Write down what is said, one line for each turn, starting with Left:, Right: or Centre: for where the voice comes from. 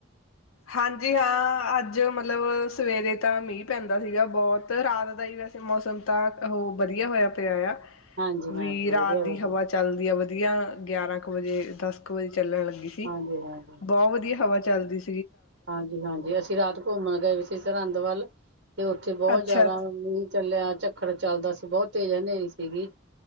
Left: ਹਾਂਜੀ। ਹਾਂ, ਅੱਜ ਮਤਲਬ ਸਵੇਰੇ ਤਾਂ ਮੀਂਹ ਪੈਂਦਾ ਸੀਗਾ ਬਹੁਤ ਰਾਤ ਦਾ ਹੀ ਵੈਸੇ, ਮੌਸਮ ਤਾਂ ਉਹ ਵਧੀਆ ਹੋਇਆ ਪਿਆ ਆ।
Right: ਹਾਂਜੀ
Left: ਵੀ
Right: ਹਾਂਜੀ
Left: ਰਾਤ
Right: ਵਧੀਆ
Left: ਦੀ
Right: ਵਧੀਆ
Left: ਹਵਾ ਚੱਲਦੀ ਹੈ ਵਧੀਆ। ਵਧਆ, ਗਿਆਰਾਂ ਕੁ ਵਜੇ, ਦਸ ਕੁ ਵਜੇ। ਚੱਲਣ ਲੱਗੀ ਸੀ
Right: ਹਾਂਜੀ ਹਾਂਜੀ
Left: ਬਹੁਤ ਵਧੀਆ ਹਵਾ ਚੱਲਦੀ ਸੀ।
Right: ਹਾਂਜੀ। ਹਾਂਜੀ। ਅਸੀਂ ਰਾਤ ਘੁੰਮਣ ਗਏ ਸਰਹੰਦ ਵੱਲ। ਤੇ, ਉੱਥੇ ਬਹੁਤ
Left: ਅੱਛਾ
Right: ਜਿਆਦਾ ਮੀਂਹ ਚੱਲਿਆ। ਵੱਖਰ ਚੱਲਦਾ ਸੀ, ਬਹੁਤ ਤੇਜ਼ ਹਨੇਰੀ ਸੀਗੀ।